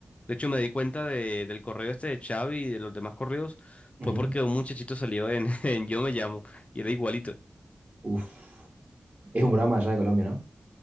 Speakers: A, on the left; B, on the right.
A: De hecho, me di cuenta de, del correo este de Xavi y de los demás correos
B: Ujú.
A: fue porque un muchachito salió en, <laughs> en Yo Me Llamo y era igualito.
B: Uf, es un programa allá de Colombia, ¿no?